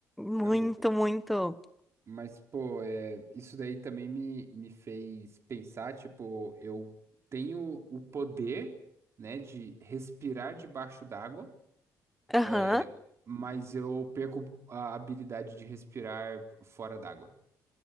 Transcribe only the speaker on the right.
Você
é louco.
Mas, pô, é, isso daí também me, me fez pensar, tipo, eu tenho o poder, né, de respirar debaixo d'água
É, mas eu perco a habilidade de respirar fora d'água.